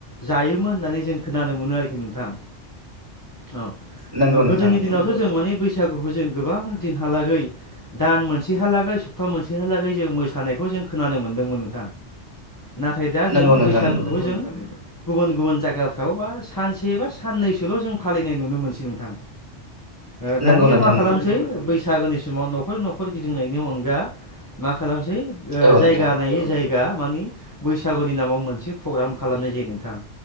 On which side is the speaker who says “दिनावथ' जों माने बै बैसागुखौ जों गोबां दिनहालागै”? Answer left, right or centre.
Left